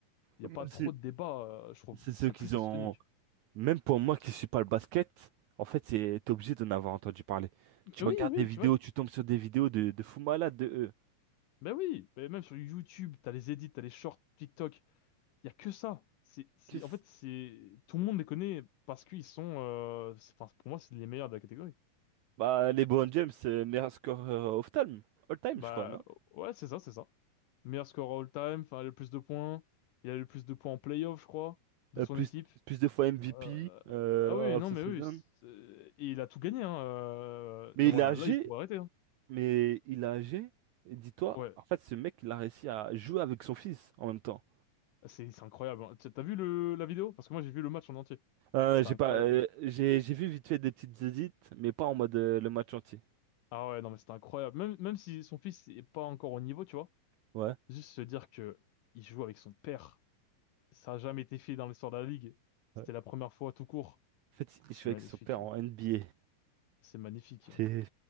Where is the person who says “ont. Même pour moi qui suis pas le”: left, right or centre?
Right